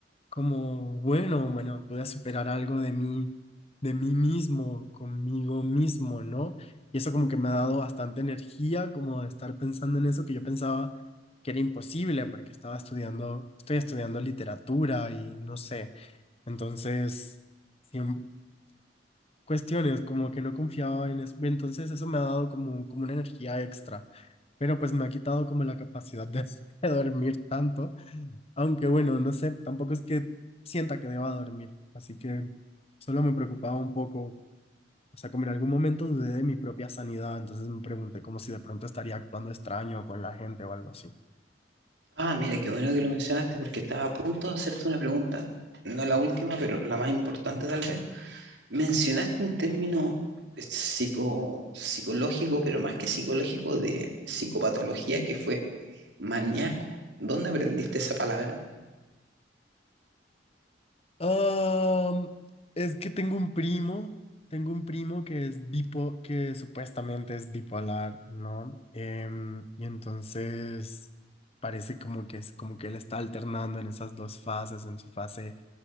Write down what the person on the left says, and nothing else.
como, bueno, bueno, pude superar algo de mí, de mí mismo, conmigo mismo, ¿no? Y eso como que me ha dado bastante energía, como de estar pensando en eso que yo pensaba que era imposible, porque estaba estudiando, estoy estudiando literatura y no sé. Entonces, siem- cuestiones como que no confiaba en eso. Entonces eso me ha dado como, como una energía extra, pero pues me ha quitado como la capacidad de <laughs> de dormir tanto. Aunque bueno, no sé, tampoco es que sienta que deba dormir, así que solo me preocupaba un poco, o sea, como en algún momento dudé de mi propia sanidad, entonces me pregunté como si de pronto estaría actuando extraño con la gente o algo así.
Ah, es que tengo un primo, tengo un primo que es bipo, que supuestamente es bipolar, ¿no? Em, y entonces parece como que es como que él está alternando en esas dos fases, en su fase